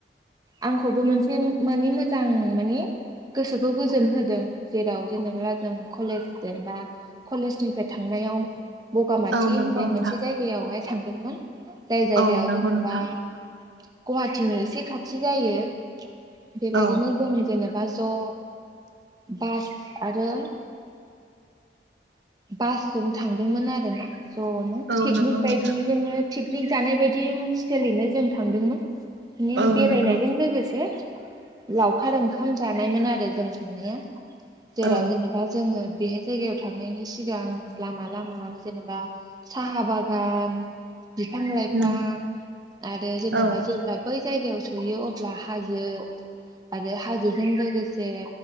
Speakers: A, on the right; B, on the right.
A: आंखौबो मोनसे मानि मोजां माने गोसोखौ गोजोन होदों। जेराव जेनेबा जों कलेज जेनेबा कलेजनिफ्राय थांनायाव बगामाथि
B: औ नोंगौ
A: होननाय
B: नोंथां
A: मोनसे जायगायावहाय थांदोंमोन जाय जायगायाव
B: औ नोंगौ
A: जेनेबा
B: नोंथां
A: गुवाहाटिनो एसे खाथि जायो बेबायदिनो
B: औ
A: जों जेनेबा ज' बास आरो बासजों थांदोंमोन आरो ना ज'नो
B: औ
A: पिकनिक
B: नोंगौ
A: बायदि
B: नोंथां
A: जोंनो पिकनिक जानाय बायदि स्टलिनो जों थांदोंमोन। बिनि
B: औ
A: बेरायनायजों
B: नोंगौ
A: लोगोसे लावखार ओंखाम जानायमोन आरो जों बेवनो जेराव
B: औ
A: जेनेबा जोङो बेहाय जायगायाव थांनायनि सि गां सिगां लामा लामा जेनेबा साहा बागान बिफां लाइफां
B: नों
A: आरो जेनेबा
B: औ
A: जेब्ला बै जायगायाव सयोयो अब्ला हाजो आरो हाजोजों लोगोसे